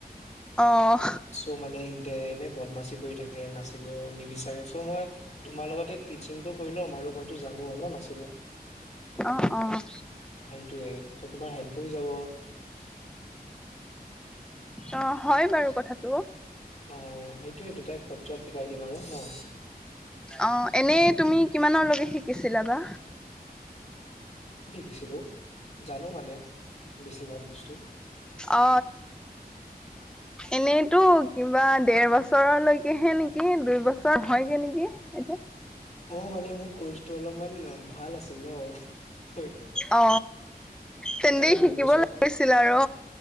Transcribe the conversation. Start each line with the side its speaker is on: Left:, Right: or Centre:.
Centre: অ'।
Left: চ' মানে সিনতে এনে বদমাচি কৰি থাকে নাচিব নিবিচাৰে চ' মই। তোমাৰ লগতে টিচিংটো কৰি ল'ম আৰু মইতো জানো ন নাচিব। সেইটোয়ে
Centre: অ', অ'।
Left: চ তোমাৰ হেল্পো হৈ যাব।
Centre: অ', হয় বাৰু কথাটো।
Left: অ সেইটোয়ে দুটাই খৰচাক শিকাই দিম আৰু ন।
Centre: অ এনে তুমি কিমানৰ লৈকে শিকিছিলা বা।
Left: দিছিলো জানো মানে। বেছিভাগ বস্তু
Centre: অ এনে। তো কিবা ডেৰ বছৰলৈকেহে নিকি দুই বছৰত। হয় গে নিকি এতিয়া।
Left: অ মানে মোৰ কৰ্চটো অলপমান ভাল আছিল ন।
Centre: অ
Left: সেইকাৰণে
Centre: তেন্তে শিকিব
Left: দুই বছৰ
Centre: লাগিছিল আৰু।